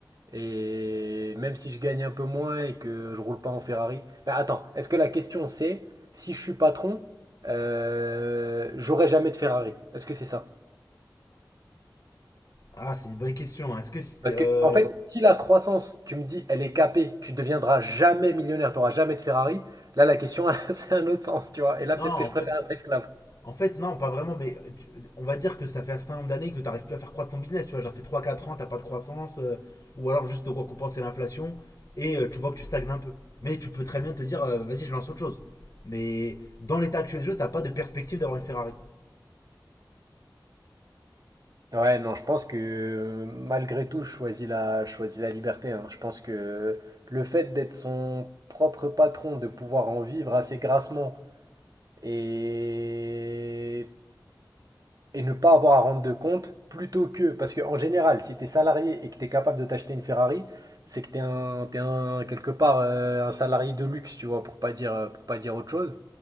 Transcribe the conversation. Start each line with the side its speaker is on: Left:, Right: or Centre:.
Right: Et même si je gagne un peu moins et que je roule pas en Ferrari. Mais attends, est-ce que la question c'est si je suis patron, euh, j'aurai jamais de Ferrari? Est-ce que c'est ça?
Left: Ah, c'est une bonne question. hein. Est-ce que si t'es.
Right: Parce
Left: euh,
Right: que, en fait, si la croissance, tu me dis, elle est capée, tu ne deviendras jamais millionnaire, tu n'auras jamais de Ferrari, là, la question, <laughs> c'est un autre sens, tu vois. Et là,
Left: Non,
Right: peut-être
Left: en
Right: que je
Left: fait,
Right: préfère être esclave.
Left: En fait, non, pas vraiment, mais tu- on va dire que ça fait un certain nombre d'années que tu n'arrives plus à faire croître ton business. Tu vois, genre, fait trois, quatre ans, tu pas de croissance, euh, ou alors juste de récompenser l'inflation, et euh, tu vois que tu stagnes un peu. Mais tu peux très bien te dire, euh, vas-y, je lance autre chose. Mais dans l'état actuel des choses, t'as pas de perspective d'avoir une Ferrari.
Right: Ouais, non, je pense que euh, malgré tout, je choisis la, je choisis la liberté. hein. Je pense que le fait d'être son propre patron, de pouvoir en vivre assez grassement et et ne pas avoir à rendre de compte plutôt que. Parce qu'en général, si tu es salarié et que tu es capable de t'acheter une Ferrari, c'est que tu es, un, t'es un- quelque part euh, un salarié de luxe, tu vois, pour pas dire, euh, pour pas dire autre chose,